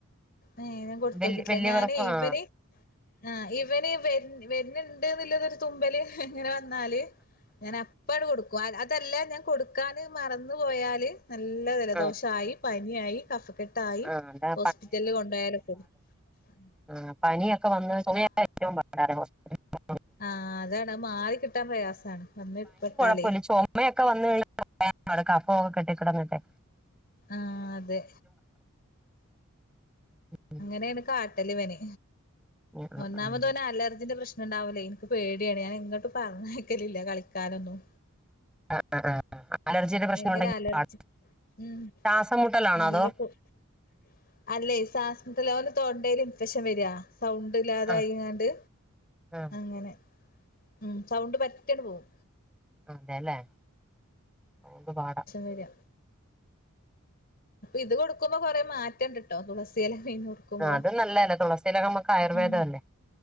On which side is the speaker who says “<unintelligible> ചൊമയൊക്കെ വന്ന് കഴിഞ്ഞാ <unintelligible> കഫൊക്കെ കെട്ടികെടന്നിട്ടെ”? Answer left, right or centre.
Centre